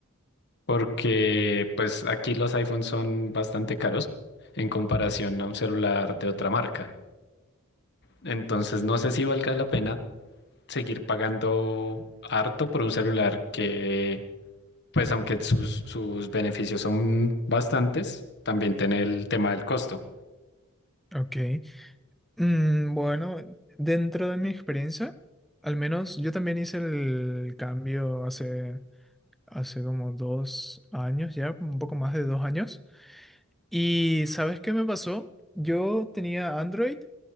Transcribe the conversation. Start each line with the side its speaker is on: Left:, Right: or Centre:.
Left: Porque pues aquí los iPhones son bastante caros en comparación a un celular de otra marca. Entonces no sé si valga la pena seguir pagando harto por un celular que, pues aunque sus, sus beneficios son bastantes, también tiene el tema del costo.
Centre: Ok. Mm, bueno, dentro de mi experiencia, al menos yo también hice el cambio hace, hace como dos años ya, un poco más de dos años. ¿Y sabes qué me pasó? Yo tenía Android,